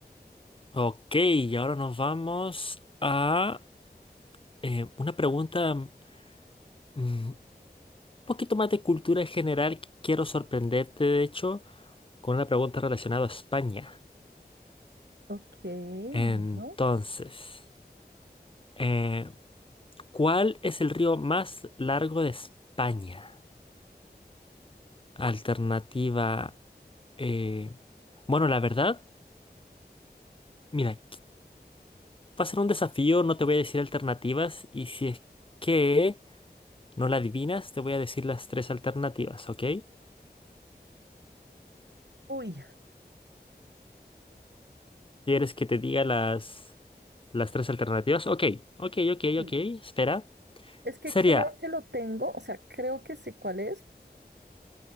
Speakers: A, on the left; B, on the right.
A: Ok, y ahora nos vamos a eh, una pregunta mm, un poquito más de cultura general. Quiero sorprenderte, de hecho, con una pregunta relacionada a España.
B: Ok,
A: Entonces,
B: bueno.
A: eh, ¿cuál es el río más largo de España? Alternativa, eh, bueno, la verdad, mira, qu- va a ser un desafío, no te voy a decir alternativas y si es que no la adivinas, te voy a decir las tres alternativas, ¿ok?
B: Uy,
A: ¿Quieres que te diga las, las tres alternativas? Ok, ok, ok,
B: sí.
A: ok, espera.
B: es que
A: Sería,
B: creo que lo tengo, o sea, creo que sé cuál es,